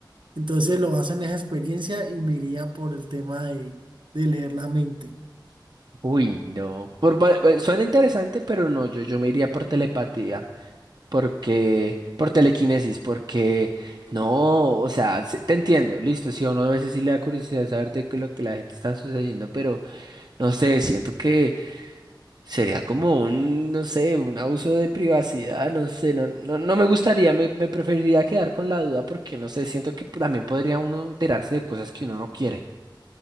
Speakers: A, on the right; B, on the right.
A: entonces lo baso en esa experiencia y me iría por el tema de, de leer la mente.
B: Uy, no. Por, va- va- suena interesante, pero no, yo, yo me iría por telepatía, porque, por telequinesis, porque no, o sea, se- te entiendo, listo, si a uno a veces sí le da curiosidad saber de qué es lo que la gente está sucediendo, pero no sé, siento que Sería como un, no sé, un abuso de privacidad, no sé, no, no, no me gustaría, me, me preferiría quedar con la duda porque, no sé, siento que también podría uno enterarse de cosas que uno no quiere.